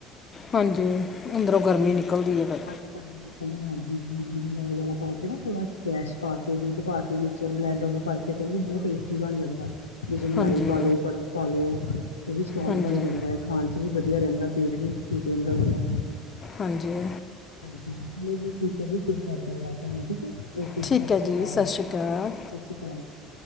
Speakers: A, on the left; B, on the left.
A: ਹਾਂਜੀ, ਅੰਦਰੋਂ ਗਰਮੀ ਨਿਕਲਦੀ ਹੈ ਫੇਰ।
B: <inaudible> ਹਾਂਜੀ <unintelligible> ਵਗੈਰਾ ਪਾ ਕੇ ਨਾ ਥੋੜਾ ਕੈਸ਼ ਪਾ ਕੇ ਦੁੱਧ ਪਾ ਕੇ ਵਿੱਚ ਬਲੈਂਡਰ ਨੂੰ ਕਰਕੇ ਤੇ ਉਹ ਵੀ ਬਹੁਤ ਟੈਸਟੀ ਬਾਣ ਜਾਂਦਾ। ਵਿੱਚ ਮਲਾਈ
A: ਹਾਂਜੀ
B: ਪਾ ਲਉ, ਬਰਫ਼ ਪਾ ਲਓ, ਉਹ ਵੀ ਸਵਾਦ
A: ਹਾਂਜੀ
B: ਬਾਣ ਜਾਂਦਾ ਹੈ, ਖਾਣ ਚ ਵੀ ਵਧੀਆ ਰਹਿੰਦਾ। ਪੇਟ ਵੀ ਠੀਕ ਰਹਿੰਦਾ, ਉਹਦੇ ਨਾਲ।
A: ਹਾਂਜੀ।
B: ਹਾਂਜੀ ਚਲੋ ਜੀ, ਠੀਕ ਹੈ ਜੀ, ਫੇਰ ਕਰਦੇ ਆ ਗੱਲ ਤਾਡੇ ਨਾਲ ਠੀਕ ਹੈ? ਓਕੇ
A: ਠੀਕ
B: ਜੀ, ਸਤਿ
A: ਹੈ
B: ਸ੍ਰੀ ਅਕਾਲ,
A: ਸਤਿ ਸ਼੍ਰੀ ਅਕਾਲ
B: ਸਤਿ ਸ਼੍ਰੀ ਅਕਾਲ ਜੀ